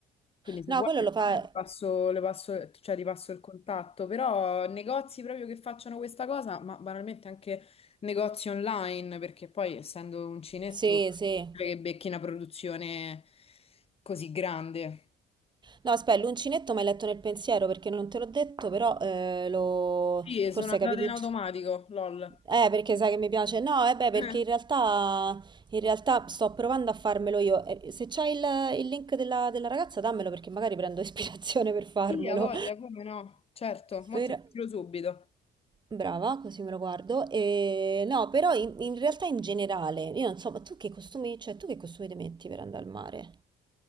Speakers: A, on the left; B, on the right.
A: Quindi se
B: no,
A: vuoi
B: quello
A: per
B: lo fa...
A: caso, ti passo, le passo- cioè, ti passo il contatto, però negozi proprio che facciano questa cosa, ma banalmente anche negozi online, perché poi essendo uncinetto
B: Sì, sì.
A: che becchi una produzione così grande.
B: No, aspetta, l'uncinetto mi hai letto nel pensiero perché non te l'ho detto, però eh, lo...
A: Sì, e
B: forse
A: sono
B: hai
A: andata
B: capito...
A: in
B: unci-
A: automatico, lol. <laughs>
B: Eh, perché sai che mi piace? No, eh beh, perché
A: Eh.
B: in realtà, in realtà sto provando a farmelo io. Eh, Se c'hai il, il link della, della ragazza, dammelo perché magari prendo <laughs> ispirazione per farmelo.
A: Sì, ha voglia, come no? Certo, mo
B: Per-
A: te lo tiro subito.
B: Brava, così me lo guardo. E... No, però in, in realtà in generale, io non so, ma tu che costumi, cioè tu che costumi ti metti per andare al mare?